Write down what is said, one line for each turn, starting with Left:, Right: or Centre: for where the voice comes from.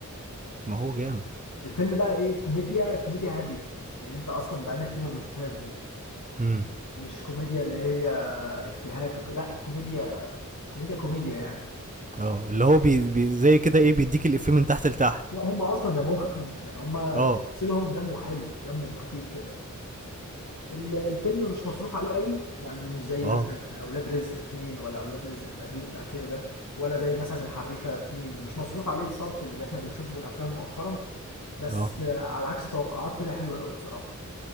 Right: ما هو جامد
Left: الفيلم بقى ايه كوميديا كوميديا هاديه يعني انت اصلا بقالنا كتير ما بنشوفهاش دي
Right: امم
Left: مش كوميديا اللي هي افيهات وكده لا كوميديا كوميديا كوميديا يعني
Right: اه اللي هو بي, بي زي كده ايه بيديك الافيه من تحت لتحت
Left: لا، هم اصلا دمهم خفيف يعني هم
Right: اه
Left: تمثيلهم دمه حلو دمه خفيف كده ال- الفيلم مش مصروف عليه قوي يعني مش زي
Right: اه
Left: مثلا اولاد رزق اتنين ولا اولاد رزق القديم الاخير ده ولا زي مثلا الحريفه اتنين مش مصروف عليه الصرف اللي احنا بنشوفه في الافلام مؤخرا بس
Right: اه
Left: على عكس توقعات طلع حلو قوي بصراحه